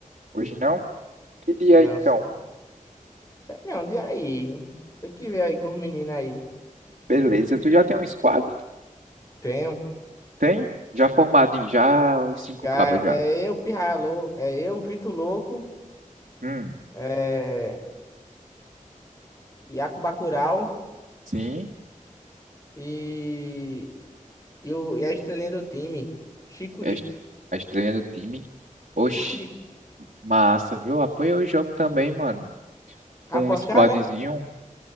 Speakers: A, on the right; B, on the left.
A: Hoje não? Que dia
B: Não,
A: então?
B: só. Não, de aí? Tem que ver aí com os meninos aí.
A: Beleza, tu já tem um squad?
B: Tenho.
A: Tem? Já formado em já os cinco
B: Já
A: cabas
B: é
A: já.
B: eu, Pirraia Lou- é eu, Vitor Louco,
A: Hum,
B: é Iaco Bacurau
A: sim.
B: e, e, o, e a estrelinha do time, Chicurico.
A: É a est- a estreia do time. Oxi,
B: Chicurico.
A: massa, viu? Apoia o jogo também, mano.
B: Apostado,
A: Com um squadzinho.
B: é?